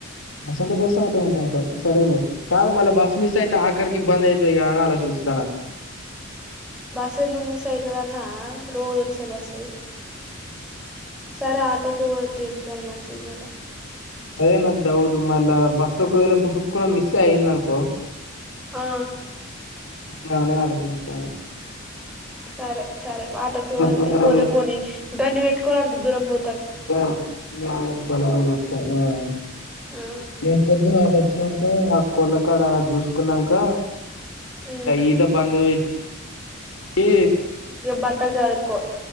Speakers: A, on the left; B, in the centre.
A: బస్ అంటే బస ఆటో అంటే ఆట సరే మరి కా మళ్ళ బస్ మిస్ అయితే ఆాకకి బంద అయితే ఎ అనా ఆలోచే ఇస్తన క్
B: బస్ ఎందుకు మిస్ అయితదన్నా రోజ్ వచ్చే బసు సరే ఆటోకె పోదాం తీ ఎందుకైనా మంచిది మల్ల
A: అదే నాకు డౌట్ మళ్ళా బస్సు ఒకవేళ పుసుకున మిస్ అయింది అనుకో
B: ఆ
A: నాని వాళ్ళ ఫ్రెండ్స్ కాదు
B: సరే సరే ఆటోకి పోంది
A: తొందర
B: పోతే పోనీ గన్ని వెట్టుకో అంత దూరం పో
A: గా యావై రూపాయలు <unintelligible>
B: ఆ
A: నేను పొద్దున్న అటోచ్చినా ఆ కుళ్లకాడ చూసుకున్నాక
B: మ్
A: ఈత బంధు ఈ
B: ఇగ బట్టలు సదరుకో